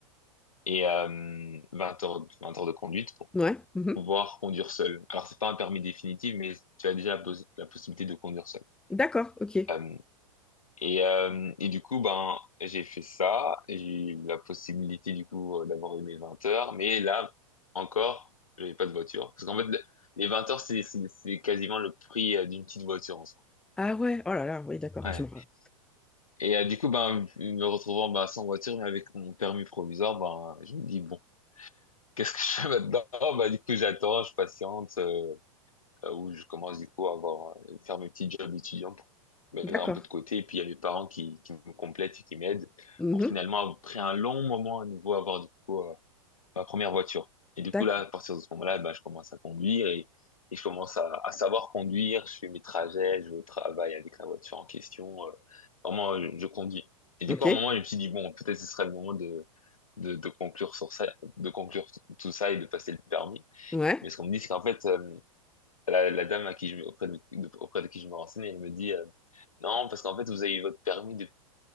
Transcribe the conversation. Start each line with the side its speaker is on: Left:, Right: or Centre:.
Left: et euh, 20 heures vingt heures de conduite pour
Centre: Ouais, mhm.
Left: pouvoir conduire seul. Alors, c'est pas un permis définitif, mais tu as déjà la, pos- la possibilité de conduire seul.
Centre: D'accord, ok.
Left: Euh, Et, euh, et du coup, ben, j'ai fait ça. J'ai eu la possibilité, du coup, euh, d'avoir eu mes 20 heures. Mais là, encore, j'avais pas de voiture. Parce qu'en fait, le- les 20 heures, c'est, c'est, c'est quasiment le prix euh, d'une petite voiture en soi.
Centre: Ah ouais, oh là là, oui, d'accord,
Left: Ouais.
Centre: je me... rappelle.
Left: Et euh, du coup, ben, me retrouvant ben, sans voiture, mais avec mon permis provisoire, ben, je me dis, bon, qu'est-ce que je fais maintenant? Ben, du coup, j'attends, je patiente. euh, euh, où je commence du coup à avoir, euh, faire mes petits jobs étudiants pour mettre
Centre: D'accord,
Left: un peu de côté. Et puis il y a mes parents qui, qui me complètent et qui m'aident
Centre: Mhm.
Left: pour finalement, après un long moment à nouveau, avoir du coup euh, ma première voiture. Et du
Centre: D'accord,
Left: coup, là, à partir de ce moment-là, bah, je commence à conduire et, et je commence à, à savoir conduire. Je fais mes trajets, je vais au travail avec la voiture en question. euh, vraiment, je, je conduis. Et du
Centre: ok,
Left: coup, à un moment, je me suis dit, bon, peut-être ce serait le moment de, de, de conclure sur ça, de conclure tout ça et de passer le permis.
Centre: ouais.
Left: Mais ce qu'on me dit, c'est qu'en fait, euh, la, la dame à qui je, auprès de, de- auprès de qui je me renseignais, elle me dit euh, non, parce qu'en fait, vous avez eu votre permis depuis